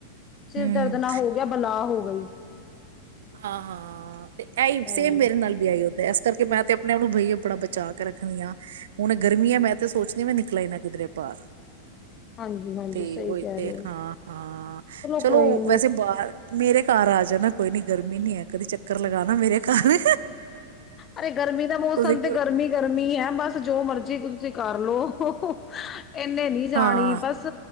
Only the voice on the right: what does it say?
ਹੂੰ
ਹਾਂ ਹਾਂ ਤੇ ਐਈ, ਸੇਮ
ਮੇਰੇ ਨਾਲ ਵੀ ਐਹੀ ਔ ਇਸ ਕਰਕੇ ਮੈਂ ਤੇ ਆਪਣੇ ਆਪ ਨੂੰ ਬਈ ਬੜਾ ਬਚਾ ਕੇ ਰੱਖਦੀ ਆ, ਹੁਣ ਗਰਮੀ ਆ ਮੈਂ ਤੇ ਸੋਚਦੀ ਮੈਂ ਨਿਕਲਾ ਇਨਾ ਕਿਧਰੇ ਬਾਹਰ
ਤੇ
ਔਹੀ
ਤੇ,
ਹਾਂ ਹਾਂ ਚਲੋ
ਵੈਸੇ ਬਾਹਰ ਮੇਰੇ ਘਰ ਆ ਜਾਣਾ ਕੋਈ ਨੀ ਗਰਮੀ ਨੀ ਹੈ, ਕਦੀ ਚੱਕਰ ਲਗਾ ਨਾ ਮੇਰੇ ਘਰ
ਤੁਸੀਂ
ਹਾਂ